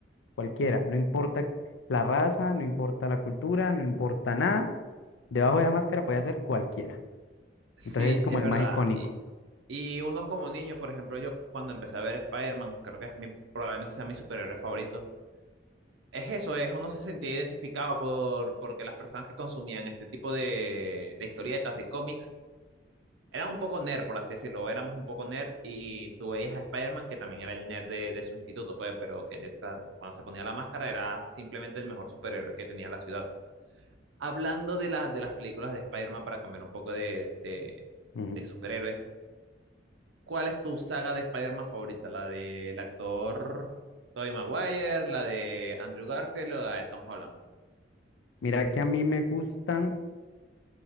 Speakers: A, on the left; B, on the right.
A: Cualquiera. No importa la raza, no importa la cultura, no importa nada. Debajo de la máscara podía ser cualquiera.
B: Sí,
A: Entonces es
B: sí
A: como
B: es
A: el
B: verdad.
A: más icónico.
B: Y uno como niño, por ejemplo, yo cuando empecé a ver Spider-Man, creo que es mi, probablemente sea mi superhéroe favorito. Es eso, es uno se sentía identificado por, porque las personas que consumían este tipo de, de historietas, de cómics, eran un poco nerd, por así decirlo, éramos un poco nerd y tú veías a Spider-Man que también era el nerd de, de su instituto, pues, pero que tra- cuando se ponía la máscara era simplemente el mejor superhéroe que tenía la ciudad. Hablando de, la- de las películas de Spider-Man para cambiar un poco de, de,
A: Ujú.
B: de superhéroes, ¿Cuál es tu saga de Spider-Man favorita? ¿La del actor Tobey Maguire, la de Andrew Garfield o la de Tom Holland?
A: Mira que a mí me gustan